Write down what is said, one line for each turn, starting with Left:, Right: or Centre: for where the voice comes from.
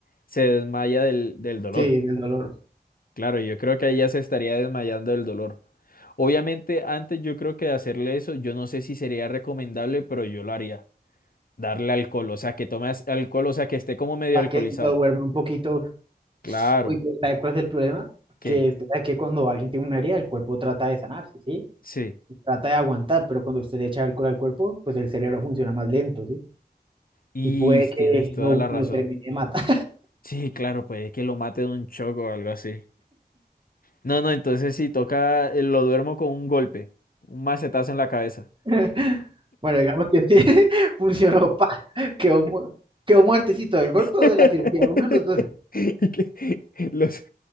Left: se desmaya del, del dolor.
Right: Sí, del dolor.
Left: Claro, yo creo que ahí ya se estaría desmayando del dolor. Obviamente, antes yo creo que de hacerle eso, yo no sé si sería recomendable, pero yo lo haría. Darle alcohol, o sea, que tome as- alcohol, o sea, que esté como medio
Right: Para
Left: alcoholizado.
Right: que lo duerma un poquito.
Left: Claro,
Right: Uy, pero ¿sabes cuál es el problema?
Left: que
Right: Que, usted sabe que cuando alguien tiene una herida, el cuerpo trata de sanarse, ¿sí?
Left: sí.
Right: Trata de aguantar, pero cuando usted le echa alcohol al cuerpo, pues el cerebro funciona más lento, ¿sí?
Left: Y
Right: Y puede que
Left: tienes toda
Right: lo,
Left: la razón.
Right: lo termine de matar.
Left: Sí, claro, puede que lo mate de un choco o algo así. No, no, entonces sí, toca, eh, lo duermo con un golpe, un macetazo en la cabeza.
Right: <laughs> Bueno, digamos que sí, <laughs> funcionó, pa, quedó, mu- quedó muertecito del golpe o
Left: <laughs>
Right: de la cirugía, uno de los dos.
Left: Y que los